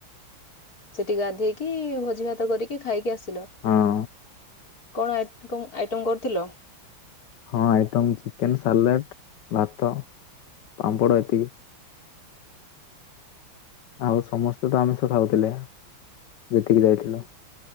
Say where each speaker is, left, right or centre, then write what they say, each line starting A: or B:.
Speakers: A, on the left (about 45°); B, on the left (about 65°).
A: ସେଠି ଗାଧେଇକି ଭୋଜିଭାତ କରିକି ଖାଇକି ଆସ ସିଲ।
B: ହଁ
A: କଣ ଆଇଟ କ ଆଇଟମ କରିଥିଲ?
B: ହଁ ଆଇଟମ୍ ଚିକେନ ସାଲାଟ ଭାତ ପାମ୍ପଡ ଏତିକି। ଆଉ ସମସ୍ତେ ତ ଆମିଷ ଖାଉଥିଲେ ଯେତିକି ଯାଇଥିଲୁ।